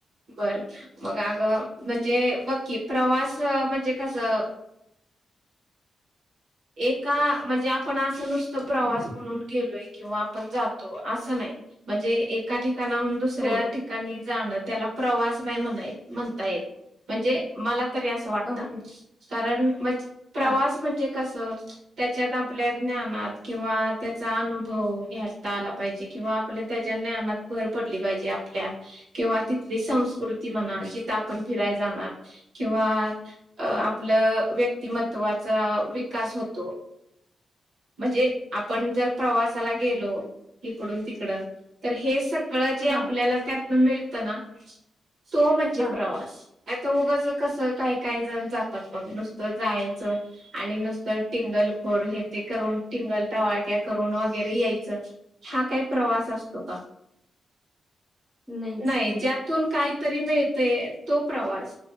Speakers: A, on the right; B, in the centre.
A: बरं मग अगं म्हणजे बघ की प्रवास म्हणजे कसं एका म्हणजे आपण असं नुसत प्रवास म्हणून गेलोय किंवा आपण जातो असं नाही. म्हणजे एका ठिकाणा हून दुसऱ्या
B: हो
A: ठिकाणी जाण त्याला प्रवास नाही म्हणाय म्हणता येत म्हणजे मला तरी असं वाटत
B: ओके
A: कारण म्हणजे प्रवास
B: हा
A: म्हणजे कसं त्याच्यात आपल्या ज्ञानात किंवा त्याचा अनुभव घेता आला पाहिजे किंवा आपल्या त्याच्या ज्ञानात भर पडली पाहिजे आपल्या. किंवा तिथली संस्कृती म्हणा जिथं आपण फिराय जाणार किंवा आप लं व्यक्तिमत्वाचा विकास होतो. म्हणजे आपण जर प्रवासाला गेलो इकडून तिकडं तर हे सगळं जे आपल्याला
B: हा
A: त्यातन मिळतं ना तो म्हणजे
B: हा
A: प्रवास. नाहीत उगंच कसं काही काही जण जातात. बघ नुसतं जायचं आणि नुस त टिंगल खोर हे ते करून टिंगल टवाळक्या करून वगैरे यायचं हा काय प्र वास असतो का.
B: <inaudible> नाहीच
A: नाही
B: की
A: ज्यातून काहीतरी मिळतय तो प्रवास.